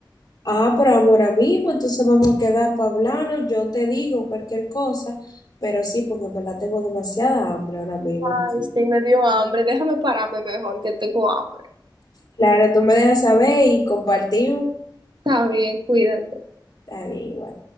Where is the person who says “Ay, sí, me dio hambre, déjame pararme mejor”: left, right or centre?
Right